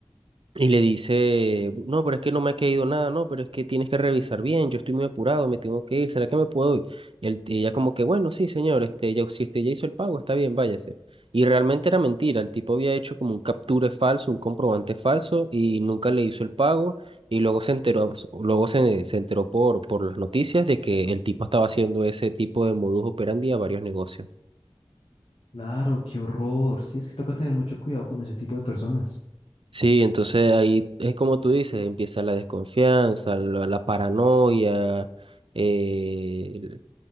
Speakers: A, on the right; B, on the left.
A: Y le dice, no, pero es que no me ha caído nada, no, pero es que tienes que revisar bien, yo estoy muy apurado, me tengo que ir, ¿será que me puedo ir? Y el- y ella como que, bueno, sí, señor, este, ya, si usted ya hizo el pago, está bien, váyase. Y realmente era mentira, el tipo había hecho como un capture falso, un comprobante falso, y nunca le hizo el pago, y luego se enteró, luego se, se enteró por, por las noticias de que el tipo estaba haciendo ese tipo de modus operandi a varios negocios.
B: Claro, qué horror. Sí, es que toca tener mucho cuidado con ese tipo de personas.
A: Sí, entonces ahí es como tú dices, empieza la desconfianza, la, la paranoia, eh,